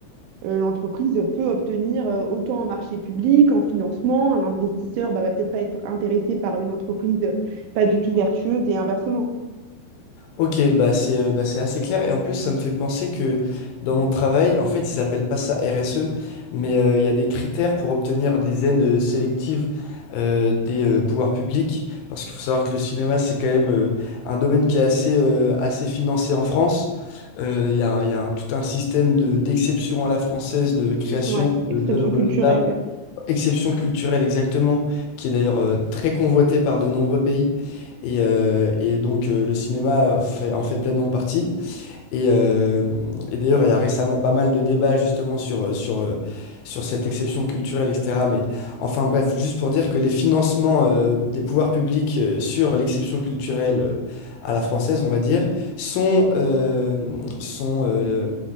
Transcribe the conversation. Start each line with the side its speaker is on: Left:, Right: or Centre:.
Right: euh, l'entreprise peut obtenir euh, autant en marché public, en financement. Un investisseur bah, va peut-être pas être intéressé par une entreprise euh, pas du tout vertueuse et inversement.
Left: Ok, bah c'est euh, bah c'est assez clair. Et en plus, ça me fait penser que dans mon travail, en fait, ils appellent pas ça RSE, mais euh, il y a des critères pour obtenir des aides euh, sélectives euh, des euh, pouvoirs publics. Parce qu'il faut savoir que le cinéma, c'est quand même euh, un domaine qui est assez, euh, assez financé en France. Euh, Il y a, un- il y a un- tout un système de, d'exception à la française, de création
Right: Ouais, expression
Left: euh, d'œuvres
Right: culturelle,
Left: d'art
Right: ouais.
Left: exception culturelle exactement, qui est d'ailleurs euh, très convoitée par de nombreux pays. Et, euh, et donc euh, le cinéma euh, fait- en fait pleinement partie. Et, euh, et d'ailleurs, il y a récemment pas mal de débats justement sur, euh, sur, euh, sur cette exception culturelle, etc. Mais enfin bref, juste pour dire que les financements euh, des pouvoirs publics euh, sur l'exception culturelle euh, à la française, on va dire, sont, euh, sont euh,